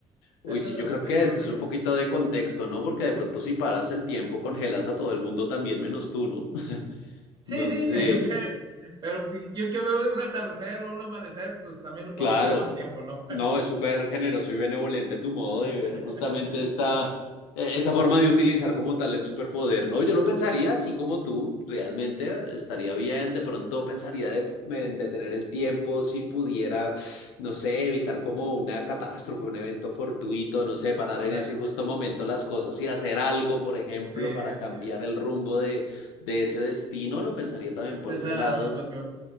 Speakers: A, on the left; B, on the right.
A: Uy,
B: Esa
A: sí, yo creo
B: sería
A: que esto
B: mi opinión.
A: es un poquito de contexto, ¿no? Porque de pronto si paras el tiempo, congelas a todo el mundo también menos tú, ¿no? <laughs>
B: Sí,
A: No
B: sí,
A: sé.
B: <laughs> pe- pero si yo quiero ver un atardecer o un amanecer, pues también lo
A: Claro,
B: puedo apreciar más tiempo, ¿no?
A: no, es súper generoso y benevolente tu modo
B: <laughs>
A: de ver justamente esta, eh, esta forma de utilizar como tal el superpoder, ¿no? Yo lo pensaría así como tú, realmente estaría bien, de pronto pensaría de, en detener el tiempo si pudiera, no sé, evitar como una catástrofe, un evento fortuito, no sé, parar
B: Ándale.
A: en ese justo momento las cosas y hacer algo, por ejemplo,
B: Sí,
A: para
B: así
A: cambiar
B: es.
A: el rumbo de, de ese destino, lo pensaría también
B: De
A: por ese
B: esa
A: lado.
B: situación.